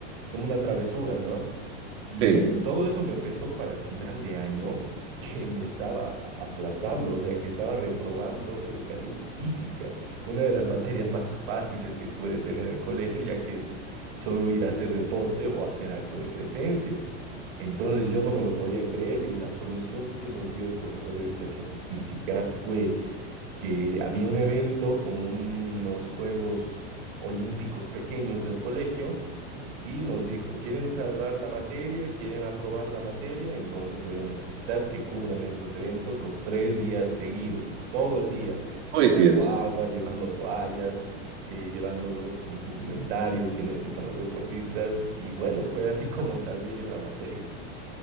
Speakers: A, on the right; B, on the right.
A: como una travesura, ¿no? Y
B: Sí.
A: todo eso me pesó para el final de año <laughs> que me estaba a- aplazando, o sea, que estaba reprobando educación física, una de las materias más fáciles que puede tener el colegio, ya que es solo ir a hacer deporte o hacer acto de presencia. Entonces yo no me lo podía creer y la solución que nos dio el profesor de educación física fue que había un evento como unos Juegos Olímpicos pequeños del colegio y nos dijo, ¿quieren salvar la materia? ¿Quieren aprobar la materia? Entonces voy a necesitar que cubran estos eventos los tres días seguidos, todo el día,
B: Uy,
A: llevando
B: Dios.
A: agua, llevando toallas, eh, llevando los indumentarios que necesitan los deportistas. Y bueno, fue así como salvé yo la materia.